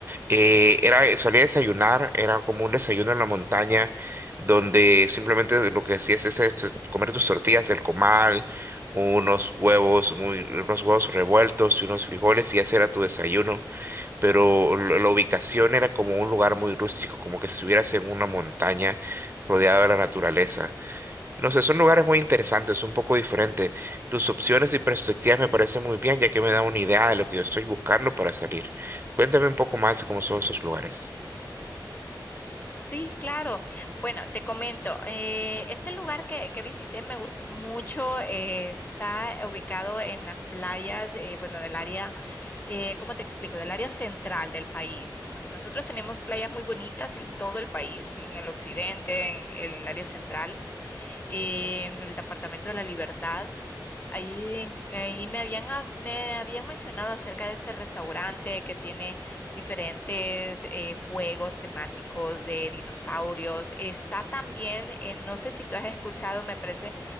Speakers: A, on the right; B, on the left.
A: eh, era salí a desayunar, era como un desayuno en la montaña, donde simplemente lo que hacías es este, comer tus tortillas del comal. unos huevos, muy, unos huevos revueltos y unos frijoles y ese era tu desayuno pero lo- la ubicación era como un lugar muy rústico, como que si estuvieras en una montaña rodeada de la naturaleza. No sé, son lugares muy interesantes, un poco diferentes. Tus opciones y perspectivas me parecen muy bien, ya que me da una idea de lo que yo estoy buscando para salir. Cuéntame un poco más de cómo son esos lugares.
B: Sí, claro. Bueno, te comento, eh, este lugar que, que visité me gustó mucho, eh, está ubicado en las playas, eh, bueno, del área, eh, ¿cómo te explico? Del área central del país. Bueno, nosotros tenemos playas muy bonitas en todo el país, en el occidente, en, en el área central, en el departamento de la Libertad. Ahí, en- ahí me habían, hab- me habían mencionado acerca de este restaurante que tiene diferentes eh, juegos temáticos de dinosaurios. Está también, eh, no sé si tú has escuchado, me parece